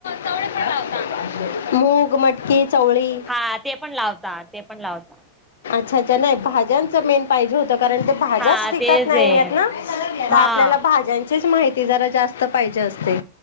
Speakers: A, on the left (about 60°); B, in the centre.
A: चवळी पण लावतो आम्ही. मूग मटकी चवळी
B: हा ते पण लावता ते पण लावता.
A: ह्याच्या नाही भाज्यांचं मेन पाहिजे होत. कारण ते भाज्याच
B: हा
A: टिकत
B: तेच
A: नाही
B: आहे
A: येत ना, त
B: हा
A: आपल्याला भाज्यांची तीच माहिती जरा जास्त पाहिजे असते.